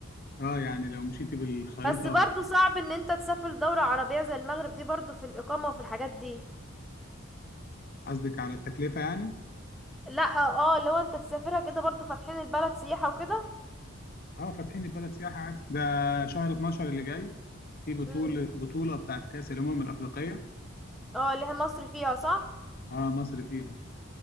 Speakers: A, on the left; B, in the centre.
A: اه يعني لو مشيتي بالخريطه
B: بس برضو صعب ان انت تسافر دولة عربية زي المغرب دي برضو في الاقامة وفي الحاجات دي
A: قصدك على التكلفه يعني
B: لا اه لو انت تسافرها كده برضو فاتحين البلد سياحة وكده
A: اه فاتحين البلد سياحه عادي ده شهر 12 اللي جاي في بطوله
B: امم
A: بطوله بتاعت كاس الامم الافريقيه
B: اه اللي هي مصر فيها صح
A: اه مصر فيها